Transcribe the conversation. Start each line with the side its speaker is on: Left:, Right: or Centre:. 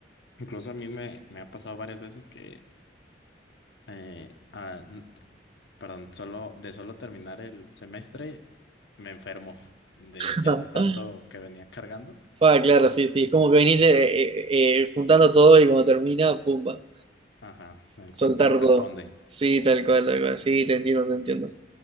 Left: incluso a mí me, me ha pasado varias veces que, eh, ah, n- perdón, solo de solo terminar el semestre me enfermo de
Right: <laughs>
Left: ya de tanto que venía cargando.
Right: Fa, claro, sí, sí, es como que venís eh, eh, eh, juntando todo y cuando termina, pumba,
Left: Ajá, el
Right: soltar
Left: cuerpo responde.
Right: todo. Sí, tal cual, tal cual, sí, te entiendo, te entiendo.